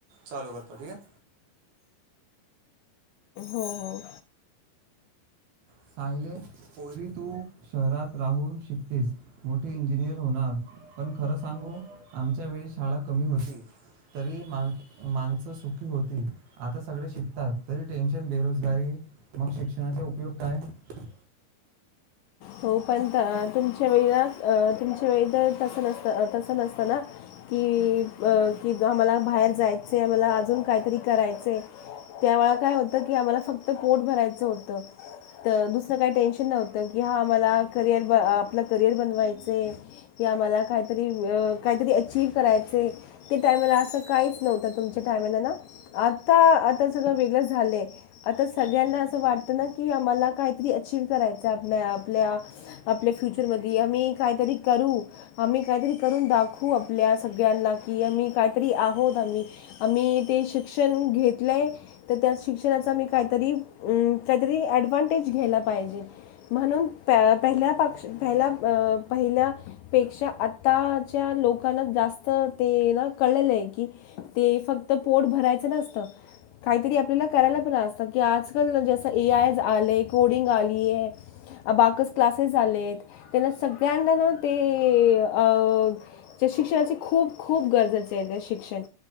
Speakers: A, on the right; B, on the left.
A: चालू करतो ठीकये.
B: हो हो हो.
A: सायले, पोरी तू शहरात राहून शिकतेस. मो इंजिनियर होणार, पण खरं सांगू आमच्या वेळी शाळा कमी होती. तरी मान माणसं सुखी होती. आता सगळे शिकतात. तरी टेन्शन, बेरोजगारी मग शिक्षणाचे उपयोग काय? <inaudible>
B: हो, पण तुमच्या वेळी ना, अ तुमच्या वेळी तर तसं नसतं तसं नसत ना. कि अ कि आम्हाला बाहेर जायचंय, मला अजून काहीतरी करायचय. त्यावेळा काय होतं की, आम्हाला फक्त पोट भरायचं होतं. त दुसरं काही टेन्शन नव्हतं. की हा मला करियर आपलं करियर बनवायचंय. कि आम्हाला काहीतरी अ काहीतरी अचीव करायचयं. ते टायमाला असं काहीच नव्हतं, तुमच्या टायमाला ना, आता आता सगळं वेगळं झालंय. आता सगळ्यांना असं वाटतं ना की, आम्हाला काहीतरी अचीव करायचं आपन्या आपल्या आपल्या फ्युचरमधी आम्ही काहीतरी करू. आम्ही काहीतरी करून दाखवू आपल्या सगळ्यांना, कि आम्ही काहीतरी आहोत आम्ही आम्ही ते शिक्षण घेतलंय तर त्या शिक्षणाचा मी काहीतरी, अं काहीतरी ऍडव्हांटेज घ्यायला पाहिजे. म्हणून प पहिल्या पक्ष पहिला अ पहिल्या पेक्षा आताच्या लोकांना जास्त ते ना कळलंय की ती फक्त पोट भरायचं नसतं. काहीतरी आपल्याला करायला पण असतं. की आजकाल जसं ए आय आलंय कोडिंग आलीये अबाकस क्लासेस झालेत. त्यांना सगळ्यांंदा ना ते अ त्या शिक्षणाचे खूप खूप गरजेचे आहे. ते शिक्षण